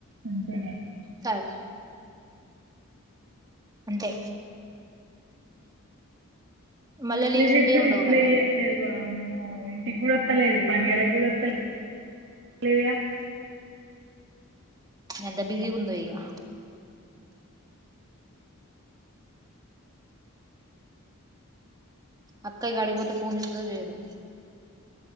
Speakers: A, on the right (about 60°); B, on the right (about 20°).
A: మంచేనే
B: సరే అంతే మళ్ళా
A: మెసే
B: లీవ్స్
A: జ్ పేడుతే
B: ఉంటే ఉండవు
A: రిప్లై
B: మరి మరి
A: ఇవ్వట్లేదు వం ఇంటికి గుడోత్తలేదు పండుగలకు ఒత్తలేదుగా
B: ఎంత బిజీగుండో ఇగా అక్కయిగా అడికి పోతే ఫోన్ చిత్తదో చేయదో